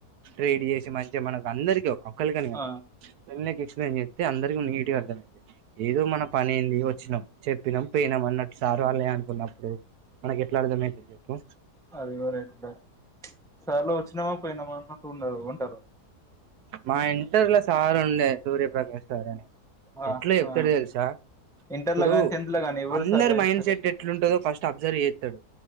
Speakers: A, on the right (about 75°); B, in the centre.
A: ట్రేడ్ చేసి మంచిగా మనకు అందరికి ఒక్కలికని కాదు
B: ఆ
A: కమ్యూనికేషన్ చెప్తే అందరికి నీట్గా అర్థంమయితది ఏదో మన పనేంది వచ్చినాం చెప్పినాం పోయినాం అన్నట్ సార్ వాళ్ళే అనుకున్నప్పుడు ఎట్లా అర్థమవుతుంది చెప్పు
B: అదివరటి సళవ వచ్చినవా పోయినావా అన్నట్టు ఉండాలి
A: మా ఇంటర్లో సార్ ఉండే సూర్యప్రకాష్ గారని
B: ఆ
A: ఎట్లా చెప్తాడు
B: ఆ
A: తెలుసా
B: ఇంటర్లో
A: ఇప్పుడు
B: గాని టెన్త్ లో గాని ఎవరు
A: అందరు
B: సార్లు అయినా
A: మైండ్
B: సరే
A: సెట్ ఎట్లుంటుందో ఫస్ట్ అ అబ్జర్వ్ చేస్తాడు